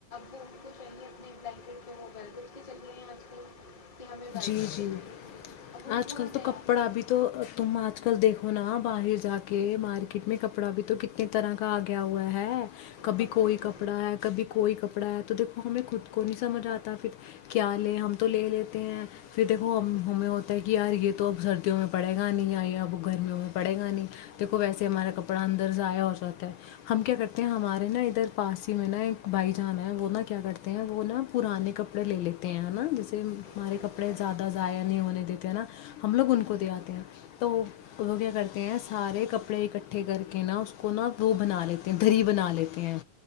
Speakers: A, on the left; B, on the left.
A: کو چاہیے اپنے بلینکٹ کے ہو گٹ کے چلے ہیں آج کل کہ ہمیں ویلویٹ
B: جی جی
A: کے چاہیے تھے اب وہ
B: آج
A: پورا
B: کل تو
A: نیا
B: کپڑا
A: پڑا
B: بھی تو تم آج کل دیکھو نا باہر جا کے مارکیٹ میں کپڑا بھی تو کتنے طرح کا آ گیا ہوا ہے کبھی
A: کپڑے
B: کوئی
A: کا
B: کپڑا ہے کبھی کوئی کپڑا ہے تو دیکھ تو ہمیں خود کو نہیں سمجھ آتا پھر کیا لیں ہم تو لے لیتے ہیں پھر دیکھو ہم ہمیں ہوتا ہے کہ یار یہ تو اب سردیوں میں پڑے گا نہیں یایا اب گرمیوں میں پڑے گا نہیں دیکھو ویسے ہمارا کپڑا اندر ضائع ہو جاتا ہے ہم کیا کرتے ہیں ہمارے نا ادھر پاس ہی میں نا ایک بھائی جانا ہے وہ نا کیا کرتے ہیں وہ نا پرانے کپڑے لے لیتے ہیں نا جیسے ہمارے
A: اچھا
B: کپڑے کپڑے زیادہ ضائع نہیں ہونے دیتے ہیں نا ہم لوگ ان کو دے آتے ہیں تو وہ وہ کیا کرتے ہیں سارے کپڑے اکٹھے کر کے نا اس کو نا وہ بنا لیتے ہیں دری بنا لیتے ہیں